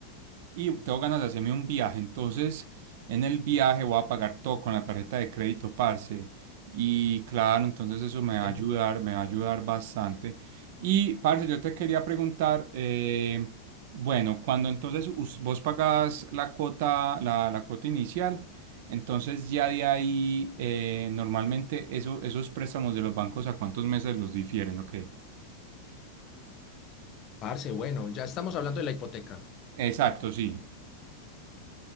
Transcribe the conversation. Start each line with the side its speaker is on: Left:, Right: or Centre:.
Right: y tengo ganas de hacerme un viaje. Entonces, en el viaje voy a pagar todo con la tarjeta de crédito, parce. Y claro, entonces eso me va
Left: sí.
Right: a ayudar, me va a ayudar bastante. Y, parce, yo te quería preguntar, eh, bueno, cuando entonces us- vos pagás la cuota, la, la cuota inicial, entonces ya de ahí, eh, normalmente eso, esos préstamos de los bancos, ¿a cuántos meses los difieren? Ok.
Left: Parce, bueno, ya estamos hablando de la hipoteca.
Right: Exacto, sí.